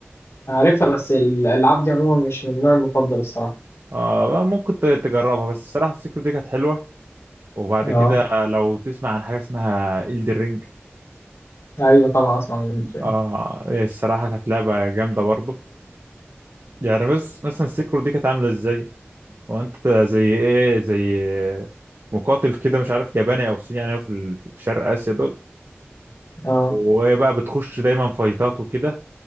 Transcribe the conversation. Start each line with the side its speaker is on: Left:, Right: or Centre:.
Left: عارفها بس ال- الألعاب دي عموما مش من النوع المفضل الصراحة
Right: آه بقى ممكن ت- تجربها بس الصراحة سيكرو دي كانت حلوة وبعد
Left: اه
Right: كده لو تسمع عن حاجة اسمها إلدر رينج
Left: أيوه طبعا أسمع من الدرين
Right: آه الصراحة كانت لعبة جامدة برضو يعني بس مثلا سيكرو دي كانت عاملة ازاي هو انت زي ايه زي مقاتل كده مش عارف ياباني او صيني يعني هو في ال- في شرق اسيا دول
Left: اه
Right: وبقى بتخش دايما فايتات وكده